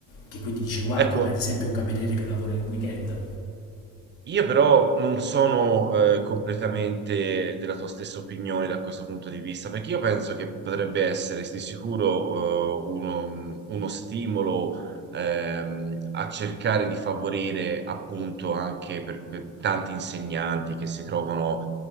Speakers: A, on the left; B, on the right.
A: che quindi dice, "Guarda",
B: ecco,
A: come ad esempio un cameriere che lavora il weekend.
B: Io però non sono eh, completamente della tua stessa opinione da questo punto di vista, perché io penso che potrebbe essere di sicuro eh, uno, mm, uno stimolo ehm, a cercare di favorire appunto anche per, per tanti insegnanti che si trovano